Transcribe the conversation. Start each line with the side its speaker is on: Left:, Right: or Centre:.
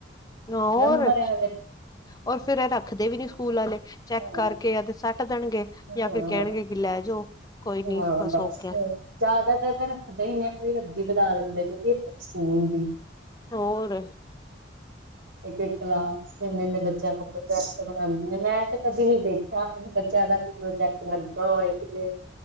Left: ਹ ਹੋਰ
Right: ਨੰਬਰ ਇਹਨਾਂ
Left: ਪਰ ਫਿਰ ਐ ਰੱਖਦੇ ਵੀ ਨੀ ਸਕੂਲ ਆਲੇ ਚੈੱਕ
Right: ਹਾਂ
Left: ਕਰਕੇ ਯਾ ਤੇ ਸੈ ਕੱਟ ਦੇਣਗੇ
Right: ਹਾਂ
Left: ਜਾਂ ਫਿਰ ਕਹਿਣਗੇ ਕਿ ਲੈ ਜਾਓ। ਕੋਈ ਨੀ
Right: ਹਾਂ
Left: ਬਸ
Right: ਬੱਸ।
Left: ਹੋ ਗਿਆ
Right: ਜ਼ਿਆਦਾਤਰ ਤਾਂ ਰੱਖਦੇ ਹੀ ਨੇ ਆਪ ਰੱਦੀ ਬਣਾ ਲੈਂਦੇ ਜੇ ਸਕੂਲ ਦੀ।
Left: ਹੋਰ।
Right: ਇੱਕ-ਇੱਕ ਕਲਾਸ ਐਨਾ ਬੱਚਿਆਂ ਤੋਂ ਪ੍ਰੋਜੈਕਟ ਬਣਾਦੇ ਨੇ ਮੈਂ ਤੇ ਕਦੀ ਨੀ ਗਈ। ਸਾਥ ਨੀ ਬੱਚਿਆਂ ਦਾ ਕੀ ਪ੍ਰੋਜੈਕਟ ਬਣਦਾ ਹੋਏ ਕਿਦੇ।